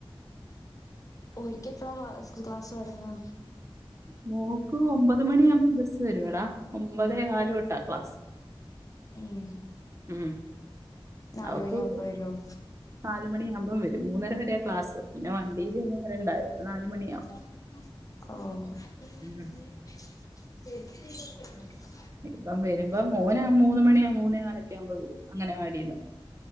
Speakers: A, on the left; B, on the right.
A: ഓരിക്കപ്പഴാ ക്ലാസ് തുടങ്ങാ
B: മോക്ക് ഒമ്പത് മണിയാവുമ്പം ബസ്സ് വരുവെടാ ഒമ്പതേ കാല് തൊട്ടാ ക്ലാസ്
A: ഏഹ്
B: ഉം.
A: നാല്
B: അവക്ക്
A: മണി
B: ഒരു
A: ആവുമ്പവരും.
B: നാല് മണിയാവുമ്പം വരും മൂന്നര വരെയ ക്ലാസ് പിന്നെ വണ്ടിയില് ഇരുന്ന് വരണ്ടായൊ അപ്പൊ നാല് മണിയാവും.
A: ഓഹ്
B: ഉം ഇപ്പം വരുമ്പോം മോന മൂന്ന് മണിയാ മൂന്നേ കാലൊക്കെ ആവുമ്പോ വരും അങ്ങനവാടി ന്ന് വാടിയില്ലന്ന്